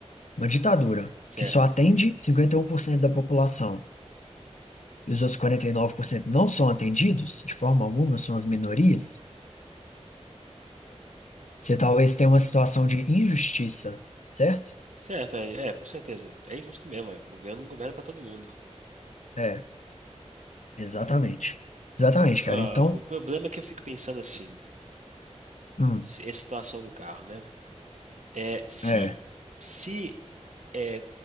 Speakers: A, on the left; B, on the right.
A: Uma ditadura
B: certo.
A: que só atende 51% da população e os outros 49% não são atendidos, de forma alguma, são as minorias, você talvez tenha uma situação de injustiça, certo?
B: Certo, é, é, com certeza. É injusto mesmo, é. Governo governa para todo mundo.
A: É, exatamente. Exatamente,
B: Ah,
A: cara. Então,
B: o problema é que eu fico pensando assim,
A: hum,
B: se- é a situação do carro, né? É, se
A: é,
B: se é,